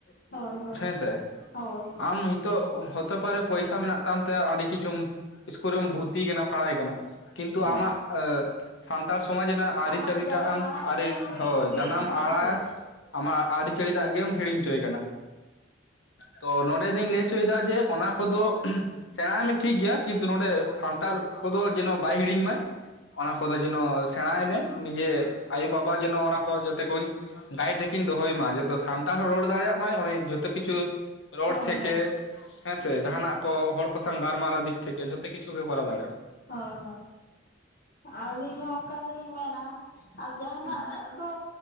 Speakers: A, on the left; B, on the left.
A: ᱾
B: ᱦᱳᱭ ᱦᱳᱭ
A: ᱦᱮᱸᱥᱮ
B: ᱦᱳᱭ ᱦᱳᱭ
A: ᱾ ᱟᱢ ᱱᱤᱛ ᱚᱜ ᱦᱚᱛᱮ ᱯᱟᱨᱮ ᱯᱚᱭᱥᱟ ᱢᱮᱱᱟᱜ ᱛᱟᱢ ᱛᱮ ᱟᱹᱰᱤ ᱠᱤᱪᱷᱩᱢ ᱤᱥᱠᱩᱞ ᱨᱮᱢ ᱵᱷᱩᱨᱛᱤ ᱮ ᱠᱟᱱᱟ ᱯᱷᱟᱲᱟᱣ ᱮ ᱠᱟᱱᱟ ᱾ ᱠᱤᱱᱛᱩ
B: ᱦᱮᱸ
A: ᱟᱢᱟᱜ ᱥᱟᱱᱛᱟᱲ ᱥᱚᱢᱟᱡᱽ ᱨᱮᱱᱟᱜ ᱟᱹᱨᱤ
B: ᱟᱢᱟᱜ
A: ᱪᱟᱹᱞᱤ
B: ᱡᱟᱱᱟᱢ
A: ᱴᱟᱜ ᱮᱢ
B: ᱟᱲᱟᱝ
A: ᱟᱹᱨᱤ
B: ᱜᱮᱢ ᱦᱤᱲᱤᱧ
A: ᱦᱳᱭ
B: ᱦᱚᱪᱚᱭᱮ
A: ᱡᱟᱱᱟᱢ
B: ᱠᱟᱱᱟ
A: ᱟᱲᱟᱝ
B: ᱦᱮᱸ ᱥᱮ
A: ᱟᱢᱟᱜ ᱟᱹᱨᱤᱪᱟᱹᱞᱤ ᱫᱟᱜ ᱜᱮᱢ ᱦᱤᱲᱤᱧ ᱦᱚᱪᱚᱭᱮ ᱠᱟᱱᱟ᱾ ᱛᱚ ᱱᱚᱸᱰᱮ ᱫᱩᱧ ᱞᱟᱹᱭ ᱦᱚᱪᱚ ᱭᱮᱫᱟ ᱡᱮ ᱚᱱᱟ ᱠᱚᱫᱚ᱾ ᱥᱮᱬᱟᱭ ᱢᱮ ᱴᱷᱤᱠ ᱜᱮᱭᱟ ᱠᱤᱱᱛᱩ ᱱᱚᱰᱮ ᱥᱟᱱᱛᱟᱲ ᱠᱚᱫᱚ ᱡᱮᱱᱚ ᱵᱟᱭ ᱦᱤᱲᱤᱧ ᱢᱟᱟᱭ ᱚᱱᱟ ᱠᱚᱫᱚ ᱡᱮᱱᱚ ᱥᱮᱬᱟᱭ ᱢᱮ ᱱᱤᱡᱮ ᱟᱭᱳᱼᱵᱟᱵᱟ ᱡᱮᱱᱚ ᱚᱱᱟ ᱠᱚ ᱡᱟᱛᱮ ᱠᱚᱧ ᱜᱟᱭᱤᱰ ᱨᱮᱠᱤᱱ ᱫᱚᱦᱚᱭ ᱢᱟ ᱡᱚᱛᱚ ᱥᱟᱱᱛᱟᱲ ᱦᱚᱲ ᱨᱚᱲ ᱫᱟᱲᱮᱭᱟᱜ ᱢᱟᱭ ᱚᱱᱮ ᱡᱚᱛᱚ ᱠᱤᱪᱷᱩ ᱨᱚᱲ
B: ᱦᱳᱭ
A: ᱛᱷᱮᱠᱮ,
B: ᱦᱳᱭ
A: ᱦᱮᱸ ᱥᱮ ᱡᱟᱦᱟᱱᱟᱜ ᱠᱚ ᱦᱚᱲ ᱠᱚ ᱥᱟᱶ ᱜᱟᱞᱢᱟᱨᱟᱣ ᱫᱤᱠ ᱛᱷᱮᱠᱮ ᱡᱚᱛᱚ ᱠᱤᱪᱷᱩ ᱜᱮ ᱠᱚᱨᱟᱣ ᱫᱟᱲᱮ ᱭᱟᱜᱼᱟ᱾
B: ᱦᱳᱭ ᱦᱳᱭ ᱟᱹᱞᱤᱧ ᱦᱚᱸ ᱚᱱᱠᱟ ᱜᱮᱞᱤᱧ ᱢᱮᱱᱟ ᱟᱨ ᱡᱟᱦᱟᱸᱟᱱᱟᱜ
A: ᱦᱩᱸ
B: ᱫᱚ